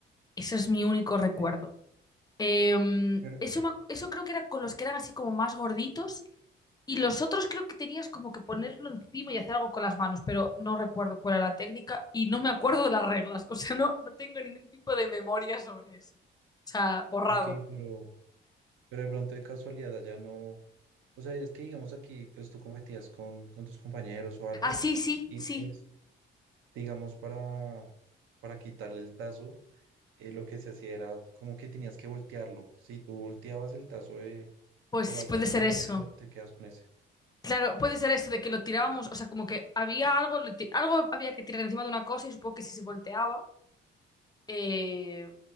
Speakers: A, on the left (about 20°); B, on the right (about 80°).
A: Eso es mi único recuerdo.
B: Sí.
A: Em,
B: Pero,
A: eso, me ac- eso creo que era con los que eran así como más gorditos y los otros creo que tenías como que ponerlo encima y hacer algo con las manos, pero no recuerdo cuál era la técnica y no me acuerdo de las reglas. O sea, no, no tengo ningún tipo de memoria sobre eso. O sea, borrado.
B: ok, pero, pero de pronto de casualidad allá no. O sea, es que digamos aquí, pues tú competías con, con tus compañeros o algo.
A: Ah, sí, sí,
B: Y
A: sí.
B: pues digamos, para, para quitarle el tazo, eh, lo que se hacía era como que tenías que voltearlo. Si tú volteabas el tazo de,
A: Pues
B: de la otra
A: puede
B: persona,
A: ser eso.
B: te, que- te quedas con ese.
A: Claro, puede ser eso de que lo tirábamos, o sea, como que había algo, lo ti- algo había que tirar encima de una cosa y supongo que si se volteaba, eh,